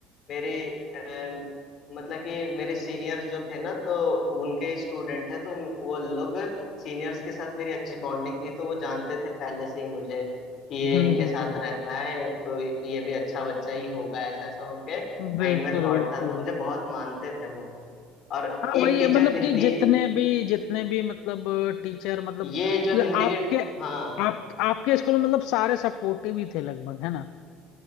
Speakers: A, on the left; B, on the left.
A: मेरे अम, मतलब कि मेरे सीनियर्स जो थे ना तो उनके स्टूडेंट थे तो वो लोग सीनियर्स के साथ मेरी अच्छी बॉन्डिंग थी तो वो जानते थे पहले से ही मुझे कि ये
B: हम्म
A: इनके साथ रहता है तो ये भी अच्छा बच्चा ही होगा ऐसा ऐसा उनके
B: हम्म बिल्कुल
A: माइंड में थॉट
B: बिल्कुल
A: था तो मुझे बहुत मानते थे वो और
B: हाँ
A: एक
B: वही
A: टीचर
B: है मतलब
A: हिंदी
B: कि जितने भी जितने भी मतलब टीचर मतलब
A: ये जो
B: ल-
A: हिंदी
B: आपके
A: के हाँ
B: आप आपके स्कूल में मतलब सारे सपोर्टिव ही थे लगभग है ना